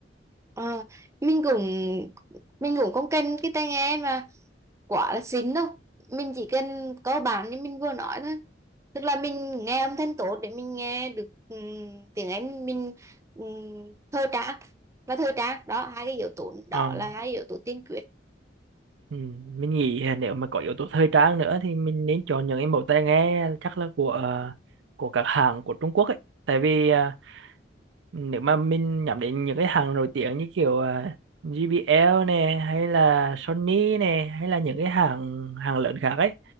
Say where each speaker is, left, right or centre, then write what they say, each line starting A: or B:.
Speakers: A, on the right; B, on the right.
A: Ờ, mình cũng mình cũng không cần cái tai nghe mà quá là xịn đâu mình chỉ cần cơ bản như mình vừa nói thôi tức là mình nghe âm thanh tốt để mình nghe được ừm, tiếng Anh mình um, thời trang và thời trang đó hai cái yếu tố
B: Ờ,
A: đó là hai yếu tố tiên quyết
B: ừ, mình nghĩ à, nếu mà có yếu tố thời trang nữa thì mình nên chọn những cái mẫu tai nghe chắc là của à, của các hãng của Trung Quốc ấy tại vì à, Ừ, nếu mà mình nhắm đến những cái hàng nổi tiếng như kiểu à, JBL nè hay là Sony nè hay là những cái hàng hàng lớn khác ấy